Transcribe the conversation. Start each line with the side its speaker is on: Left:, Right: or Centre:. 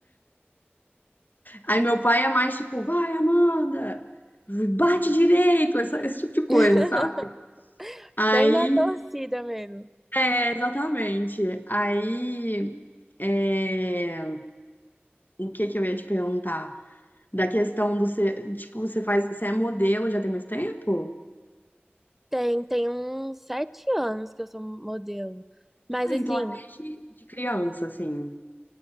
Left: Aí meu pai é mais, tipo, vai, Amanda, bate direito, essa- esse tipo de coisa,
Centre: <laughs>
Left: sabe? Aí,
Centre: Bem na torcida mesmo.
Left: é, exatamente. Aí... É... O que que eu ia te perguntar? Da questão do ser, tipo, você faz, você é modelo já tem muito tempo?
Centre: Tem, tem uns sete anos que eu sou modelo. Mas
Left: Ah,
Centre: assim,
Left: então é desde de criança, assim,